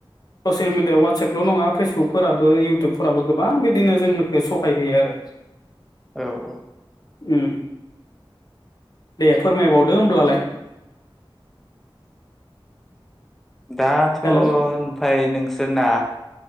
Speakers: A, on the left; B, in the centre.
A: ससियेल मिडिया वा वाटसेपल' नङा फेसबुकफोराबो इउटुबफोराबो गोबां बिदिनो जोंनिखौ सहाय होयो आरो
B: औ औ
A: ओम दे फोरमायबावदो होमब्लालाय
B: दाथ'
A: हेल'
B: ओमफाय नोंसोरना